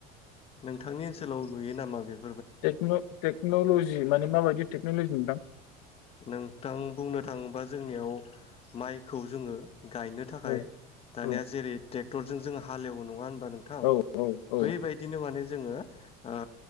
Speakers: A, on the left; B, on the left.
A: नोंथांनि ओनसोलाव नुयो नामा बेफ?
B: टेक्न टेक्नलजि माने माबायदि टेक्नलजिनि हेलौ
A: नोंथां बुंनो थाङोबा जों जोंनियाव माइखौ जोङो गायनो थाखाय
B: औ
A: दानिया
B: औ
A: जेरै टेक टरजों जों हालेवो नङा होन होनबा नोंथां
B: औ औ औ
A: बैबायदिनो माने जोङो ओ